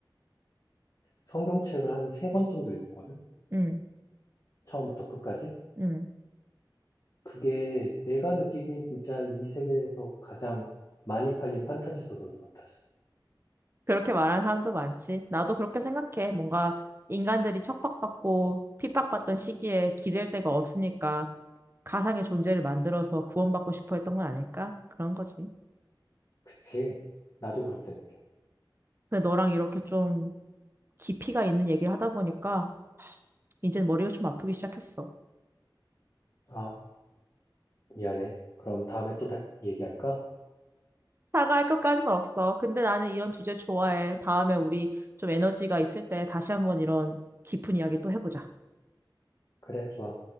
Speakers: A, on the left; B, on the right.
A: 성경책을 한 세 번 정도 읽었거든?
B: 응,
A: 처음부터 끝까지?
B: 응.
A: 그게 내가 느끼기엔 진짜 이 세계에서 가장 많이 팔린 판타지 소설 같았어.
B: 그렇게 말하는 사람도 많지. 나도 그렇게 생각해. 뭔가 인간들이 척박받고 핍박받던 시기에 기댈 데가 없으니까 가상의 존재를 만들어서 구원받고 싶어 했던 건 아닐까? 그런 거지.
A: 그치? 나도 그렇게 느껴.
B: 근데 너랑 이렇게 좀 깊이가 있는 얘기를 하다 보니까 이제 머리가 좀 아프기 시작했어.
A: 아, 미안해. 그럼 다음에 또 다 얘기할까?
B: 사과할 것까진 없어. 근데 나는 이런 주제 좋아해. 다음에 우리 좀 에너지가 있을 때 다시 한번 이런 깊은 이야기 또 해보자.
A: 그래, 좋아.